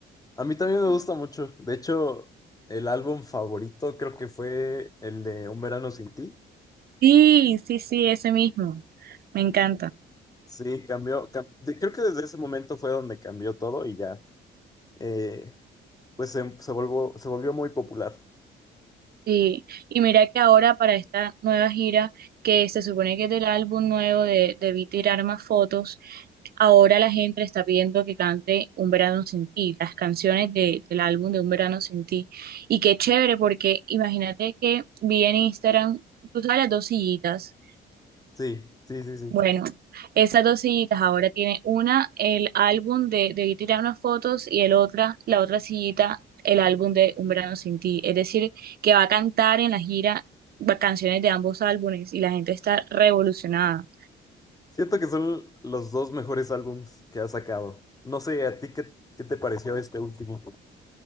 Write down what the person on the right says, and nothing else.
Sí, sí, sí, ese mismo. Me encanta.
Sí. Y mira que ahora para esta nueva gira, que se supone que es del álbum nuevo de Debí tirar más fotos, ahora la gente le está pidiendo que cante Un verano sin ti, las canciones de- del álbum de Un verano sin ti. Y qué chévere, porque imagínate que vi en Instagram, tú sabes las dos sillitas.
Bueno, esas dos sillitas ahora tiene una el álbum de Debí tirar unas fotos y el otra, la otra sillita, el álbum de Un verano sin ti. Es decir, que va a cantar en la gira va- canciones de ambos álbumes y la gente está revolucionada.